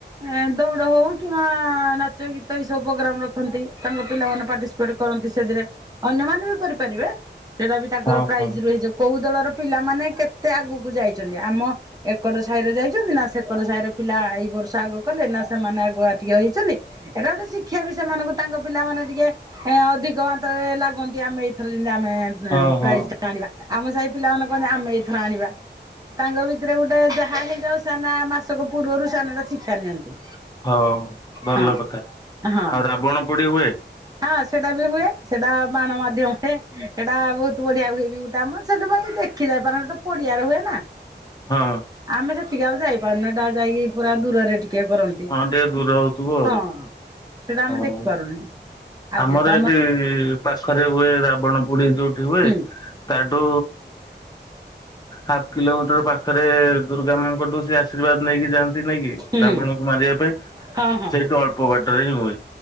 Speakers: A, on the right; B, on the left.
A: ଏ ଦୌଡ଼ ହଉ କିମ୍ବା ନାଚ ଗୀତ ଏଇ ସବୁ ପୋଗ୍ରାମ ରଖନ୍ତି। ତାଙ୍କ ପିଲାମାନେ ପାର୍ଟିସିପେଟ କରନ୍ତି ସେଥିରେ ଅନ୍ୟମାନେ ବି କରିପାରିବେ। ସେଇଟା ବି ତାଙ୍କର
B: ହଁ
A: ପ୍ରାଇଜ
B: ହଁ
A: ରୁହେ ଯେ କୋଉ ଦଳର ପିଲାମାନେ କେତେ ଆଗକୁ ଯାଇଚନ୍ତି ଆମ ଏକଡ ସାହିରେ ଯାଇଚନ୍ତି ନା ସେକଡ ସାହିରେ ପିଲା ଏଇ ବର୍ଷ ଆଗ କଲେ ନା ସେମାନେ ଆଗୁଆ ଟିକେ ହେଇଚନ୍ତି ଏଇଟା ଗୋଟେ ଶିକ୍ଷା ବି ସେମାନଙ୍କୁ ତାଙ୍କ ପିଲା ମାନେ ଟିକେ ଏ ଅଧିକ ମାତ୍ରା ରେ ଲାଗନ୍ତି ଆମେ ଏଇଥର ଯେମତି ଆମେ ଏ
B: ହଁ ହଁ
A: ପ୍ରାଇଜ ଆଣିବା ଆମ ସାଇ ପିଲାମାନେ କହନ୍ତି ଆମେ ଏଇଥର ଆଣିବା। ତାଙ୍କ ଭିତରେ ଗୋଟେ ଯାହା ହେଇଯାଉ ସେମାନେ ମାସକ ପୂର୍ବରୁ ସାନା ଟା ଶିକ୍ଷା ନିଅନ୍ତି।
B: ହଉ ଭଲ
A: ହଁ
B: କଥା।
A: ହଁ।
B: ଆଉ ରାବଣ ପୋଡି ହୁଏ?
A: ହଁ ସେଟା ବି ହୁଏ। ସେଟା ବାଣ ମାଧ୍ୟମରେ ସେଇଟା ବହୁତ ବଢିଆ ହୁଏ ବି ଗୋଟେ ଆମ ସେଠି ପାଇଁ ଏତେ ଖିଲ ପାନ ଟା ପଡିଆରେ ହୁଏ ନା?
B: ହଁ।
A: ଆମେ ସେତିକି ଆଉ ଯାଇପାରୁନୁ। ଏଇଟା ଯାଇକି ପୁରା ଦୂରରେ ଟିକେ କରନ୍ତି।
B: ହଁ ଟିକେ ଦୂର ହଉଥିବ ଆଉ
A: ହଁ ସେଟା
B: ହଁ।
A: ଆମେ ଦେଖିପାରୁନି। ଆଉ
B: ଆମର
A: ଯେହେତୁ
B: ଏଇଠି ପାଖରେ ହୁଏ ରାବଣ ପୋଡି ଯୋଉଠି ହୁଏ।
A: ହୁଁ
B: ତାଠୁ ହାଫ୍ କିଲୋମିଟର ପାଖରେ ଦୁର୍ଗା ମାଆଙ୍କଠୁ ସେ ଆଶୀର୍ବାଦ ନେଇକି ଯାଆନ୍ତି ନାଇକି
A: ହୁଁ
B: ରାବଣ କରିବା ପାଇଁ
A: ହଁ ହଁ।
B: ସେଇଠୁ ଅଳ୍ପ ବାଟରେ ହିଁ ହୁଏ।